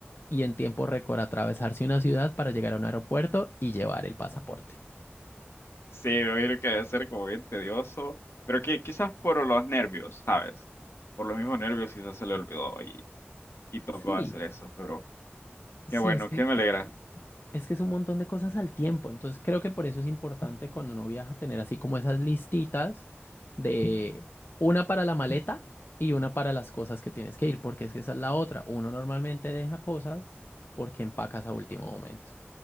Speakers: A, on the left; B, on the left.
A: y en tiempo récord atravesarse una ciudad para llegar a un aeropuerto y llevar el pasaporte.
B: Sí, me imagino que debe ser como bien tedioso, pero que quizás por los nervios, ¿sabes? Por los mismos nervios quizás se le olvidó y, y tocó
A: Sí,
B: hacer eso, pero qué
A: sí,
B: bueno,
A: es que
B: qué me alegra.
A: Es que es un montón de cosas al tiempo, entonces creo que por eso es importante cuando uno viaja tener así como esas listitas de una para la maleta y una para las cosas que tienes que ir, porque es que esa es la otra. Uno normalmente deja cosas porque empacas a último momento.